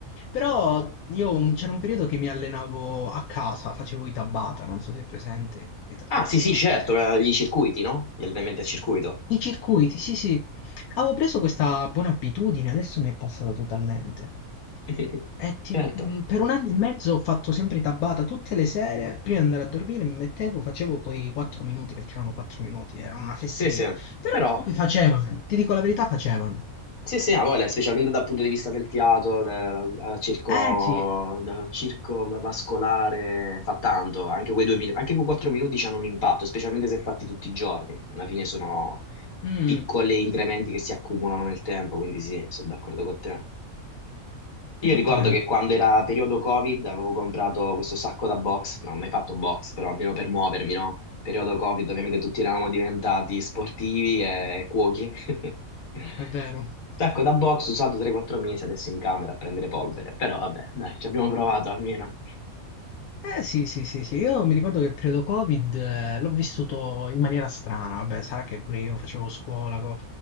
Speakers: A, on the left; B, on the left.
A: Però io un- c'era un periodo che mi allenavo a casa, facevo i Tabata, non so se è presente i Tabata.
B: Ah, sì, sì, certo, eh, i circuiti, no? Gli allenamenti a circuito.
A: I circuiti, sì, sì. Avevo preso questa buona abitudine, adesso mi è passata totalmente.
B: <laughs>
A: E ti-
B: Certo,
A: mh, per un anno e mezzo ho fatto sempre tabata tutte le sere, prima di andare a dormire mi mettevo, facevo quei 4 minuti, perché erano 4 minuti, era una fesseria.
B: sì, sì,
A: Però
B: però
A: comunque facevano, ti dico la verità, facevano.
B: sì, sì, ha voglia, specialmente dal punto di vista del fiato, del, del circo,
A: Eh sì,
B: del circo vascolare, fa tanto, anche quei due minuti, anche quei quattro minuti hanno un impatto, specialmente se fatti tutti i giorni, alla fine sono
A: mm,
B: piccoli incrementi che si accumulano nel tempo, quindi sì, sono d'accordo con te. Io
A: esattamente,
B: ricordo che quando era periodo Covid avevo comprato questo sacco da box, non ho mai fatto box, però almeno per muovermi, no? Periodo Covid, ovviamente tutti eravamo diventati sportivi e cuochi. <laughs>
A: è vero.
B: Sacco da box usato 3-4 mesi adesso in camera a prendere polvere, però vabbè, dai, ci abbiamo provato almeno.
A: Eh sì, sì, sì, sì, io mi ricordo che il periodo Covid eh, l'ho vissuto in maniera strana, vabbè, sarà che pure io facevo scuola, co-